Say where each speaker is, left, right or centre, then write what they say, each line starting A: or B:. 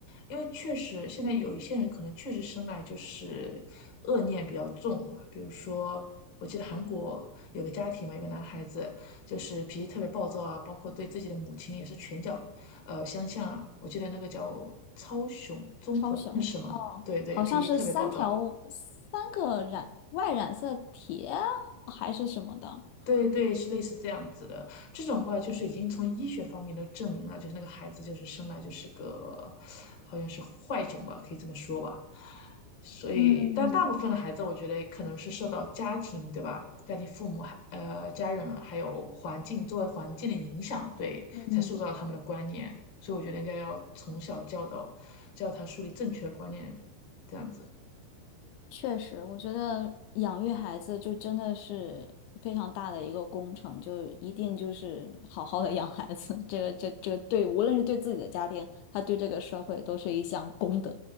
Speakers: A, on the left; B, on the left.
A: 因为确实现在有一些人可能确实生来就是恶念比较重啊，比如说我记得韩国有个家庭嘛，有个男孩子就是脾气特别暴躁啊，包括对自己的母亲也是拳脚呃相向啊，我记得那个叫超雄综合症是吗？
B: <laughs> 超雄
A: 对对，
B: 好像是三条三个染外染色体啊还是什么的，
A: 脾气特别暴躁。对对，是类似这样子的。这种话就是已经从医学方面都证明了，就是那个孩子就是生来就是个，好像是坏种吧，可以这么说吧。所以，
B: 嗯。
A: 但大部分的孩子，我觉得可能是受到家庭，对吧？家庭、父母、还呃家人，还有环境周围环境的影响，对，
B: 嗯，
A: 才塑造他们的观念。所以，我觉得应该要从小教导，教他树立正确的观念，这样子。
B: 确实，我觉得养育孩子就真的是非常大的一个工程，就一定就是好好的养孩子，<laughs> 这个这这个对，无论是对自己的家庭，他对这个社会都是一项功德。